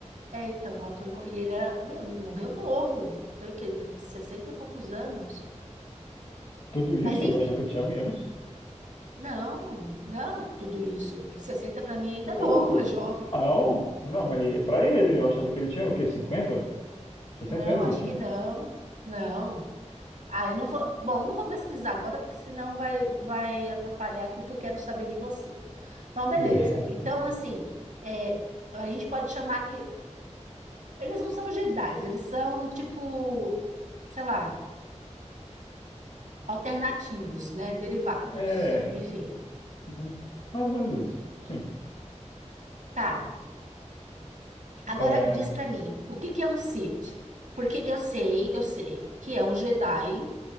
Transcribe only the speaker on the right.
é então, o ator. mor- E ele era. Meu, morreu novo. Tem o quê? 60 e poucos anos.
Mas enfim,
não, não, tudo isso. sessenta para mim ainda
é novo,
<laughs> é jovem.
Não,
acho
que não. Não. Ah, eu não vou. Bom, eu não vou pesquisar agora, porque senão vai, vai atrapalhar aqui o que eu quero saber de você. Então, beleza.
Então,
assim, é, a gente pode chamar que Eles não são Jedi, eles são tipo, sei lá, alternativos, né? Derivados.
Enfim.
Tá. Agora
diz pra mim, o que que é um Sith? Porque eu sei, eu sei que é um Jedi,